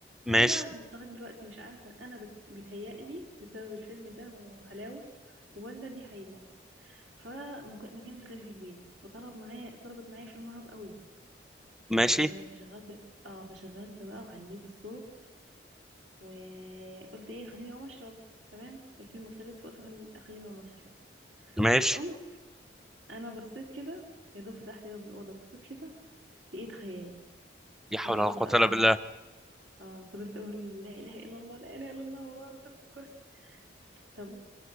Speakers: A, in the centre; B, on the right.
A: ماشي
B: انا بقى لغايه دلوقتي مش عارفه انا بت- بيتهيألي بسبب الفيلم ده وهلاوس ولا دي حقيقه فما كانش غيري في البيت وطلب معايا طلبت معايا فيلم رعب قوي
A: ماشي
B: آه، فشغلت اه فشغلت بقى وعليت الصوت وقلت ايه خليني اقوم اشرب تمام الفيلم خلص فقلت خل- خليني اقوم اشرب
A: ماشي
B: قمت انا بصيت كده يا دوب فتحت باب الاوضه بصيت كده لقيت خيال
A: يا حول
B: انا
A: ولا
B: بص
A: قوه
B: قعدت
A: الا بالله
B: اه فضلت اقول لا اله الا الله لا اله الا الله ورا صورة الكرسي طب